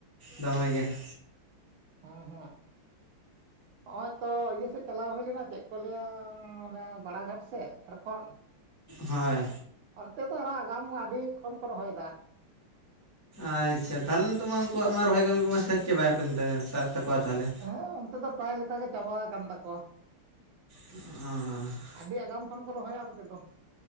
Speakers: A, on the left; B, on the right.
A: ᱫᱚᱢᱮ ᱜᱮ ᱾
B: ᱦᱚᱸ ᱦᱚᱸ ᱦᱚᱸᱜᱼᱚᱭ ᱛᱚ ᱤᱭᱟᱹ ᱥᱮᱫ ᱪᱟᱞᱟᱣ ᱦᱩᱭ ᱞᱮᱱᱟ, ᱪᱮᱫ ᱠᱚ ᱞᱟᱹᱭᱟ ᱚᱱᱮ ᱵᱟᱲᱟᱜᱷᱟᱴ ᱥᱮᱫ ᱡᱷᱟᱲᱠᱷᱚᱱᱰ
A: ᱦᱳᱭ
B: ᱚᱱᱛᱮ ᱫᱚ ᱟᱨᱚ ᱟᱜᱟᱢ ᱟᱹᱰᱤ ᱠᱷᱚᱱ ᱠᱚ ᱨᱚᱦᱚᱭᱫᱟ ᱾
A: ᱟᱪᱪᱷᱟ ᱛᱟᱦᱚᱞᱮ ᱱᱤᱛᱚᱜ ᱢᱟ ᱩᱱᱠᱩᱣᱟᱜ ᱢᱟ ᱨᱚᱦᱚᱭ ᱠᱟᱹᱢᱤ ᱠᱚᱢᱟ ᱥᱟᱹᱛ ᱪᱟᱵᱟᱭ ᱠᱟᱱ ᱛᱟᱠᱚᱣᱟ ᱛᱟᱦᱚᱞᱮ᱾
B: ᱦᱮᱸ ᱚᱱᱛᱮ ᱫᱚ ᱯᱨᱟᱭ ᱞᱮᱠᱟ ᱜᱮ ᱪᱟᱵᱟ ᱠᱟᱱ ᱛᱟᱠᱚᱣᱟ ᱾
A: ᱚ᱾
B: ᱟᱹᱰᱤ ᱟᱜᱟᱢ ᱠᱷᱚᱱ ᱠᱚ ᱨᱚᱦᱚᱭᱟ ᱚᱱᱛᱮ ᱫᱚ,